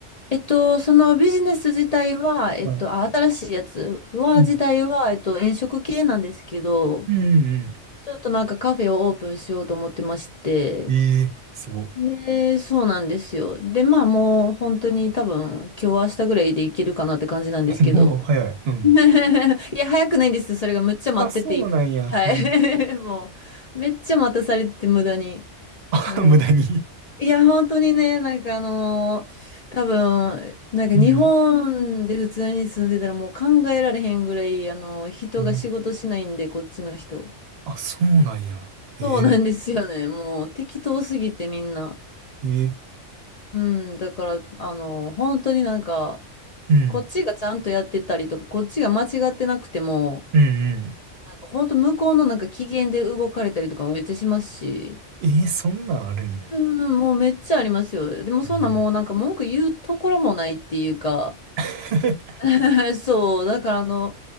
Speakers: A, on the left; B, on the right.
A: えっと、そのビジネス自体は、えっと、
B: はい。
A: あ、新しいやつは、
B: うん。
A: 自体は、えっと、飲食系なんですけど、
B: うんう
A: ちょっとなんかカフェをオープンしようと思ってまして、
B: んええー、すご。
A: で、そうなんですよ。で、まあもう本当に多分今日明日ぐらいでいけるかなって感じなんですけど。
B: <laughs> もう早い。
A: <laughs>
B: うん。
A: いや、早くないんですよ。それがむっちゃ待ってて、
B: あ、そうなんや。
A: 今はい。
B: へえ。
A: <laughs> もう、めっちゃ待たされてて無駄に。
B: <laughs>
A: もう、
B: あ、無駄に。
A: いや、本当にね、なんかあのー多分、なんか日本で普通に住んでたらもう考えられへんぐらい、
B: うん。
A: あのー人が仕事しないんで、
B: うん
A: こっちの人。
B: あ、そうなんや。へえ。
A: そうなんですよね。もう適当すぎてみんな。
B: へえ。
A: うん、だから、あの、本当になんか、
B: うん。
A: こっちがちゃんとやってたりとか、こっちが間違ってなくても、
B: うんうん
A: なんか本当向こうのなんか機嫌で動かれたりとかめっちゃしますし、
B: えー、そんなんあるんや。
A: うん、もうめっちゃありますよ。でもそんなもうなんか文句言うところもないっていうか、
B: えー <laughs>
A: <laughs> そう、だからあの、